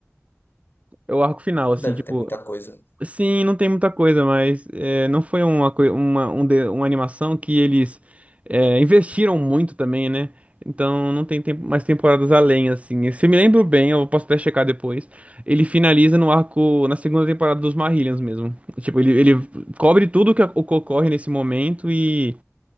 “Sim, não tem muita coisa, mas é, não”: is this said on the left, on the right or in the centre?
Right